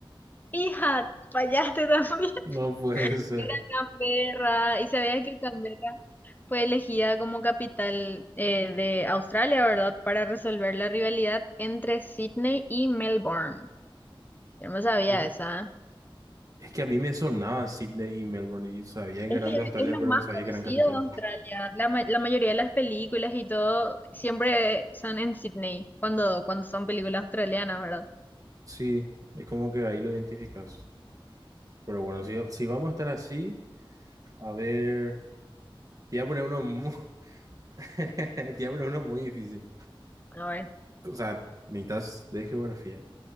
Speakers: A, on the left; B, on the right.
A: Hija, fallaste también. <laughs>
B: No puede ser.
A: Era Canberra. ¿Y sabías que Canberra fue elegida como capital eh, de Australia, ¿verdad? Para resolver la rivalidad entre Sydney y Melbourne. Yo no sabía
B: Con ra-
A: esa.
B: Es que a mí me sonaba Sydney y Melbourne y sabía que
A: Es
B: eran
A: que es
B: de Australia,
A: lo
B: pero
A: más
B: no sabía
A: conocido
B: que eran capitales.
A: de Australia. La, ma- la mayoría de las películas y todo siempre son en Sydney, cuando, cuando son películas australianas, ¿verdad?
B: Sí, es como que ahí lo identificas. Pero bueno, si, si vamos a estar así, A ver, te voy a poner uno, mu- <laughs> te voy a poner uno muy difícil.
A: A ver.
B: O sea, necesitas de geografía.